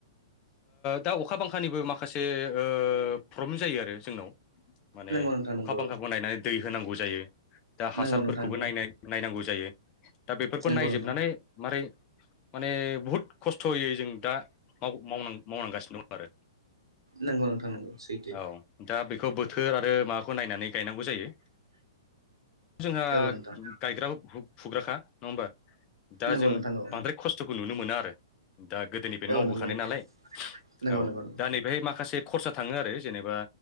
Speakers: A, on the left; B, on the right.
A: दा अखा बांखानिबो माखासे ओ प्रब्लेम जायो आरो जोंनाव माने
B: नंगौ नोंथां नंगौ
A: अखा बांखाखौ नायनानै दै होनांगौ जायो दा हासारफोरखौबो
B: नंगौ नोंथां नंगौ
A: नायनो नायनांगौ जायो दा बेफोरखौ
B: नंगौ
A: नायजोबनानै
B: नोंथां
A: मारै माने बुहुद खस्थ'यै जों दा माव मावनांगासिनो दं आरो
B: नंगौ नोंथां नंगौ सैथो
A: औ दा बेखौ बोथोर आरो माबाखौ नायनानै गायनांगौ जायो जोंहा
B: औ नोंथां
A: गायग्रा फुग्राखा नङा होमबा दा
B: नंगौ
A: जों
B: नोंथां औ
A: बांद्राय खस्थ'खौ नुनो मोना आरो दा गोदोनि बे
B: औ
A: मावबो
B: नंगौ
A: थानाय
B: नोंथां
A: नालाय
B: नंगौ
A: औ
B: नंगौ
A: दा नै बेहाय माखासे खरसा थाङो आरो जेनेबा